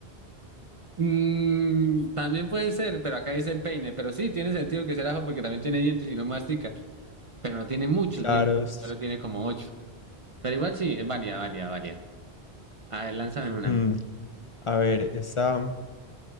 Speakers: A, on the right; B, on the left.
A: Mm, también puede ser, pero acá dice el peine, pero sí, tiene sentido que sea el ajo porque también tiene dientes y no mastica, pero no tiene muchos
B: claro.
A: dientes,
B: sí.
A: solo tiene como ocho. Pero igual sí, es válida, válida, válida. A ver, lánzame una.
B: Mm, a ver, esa,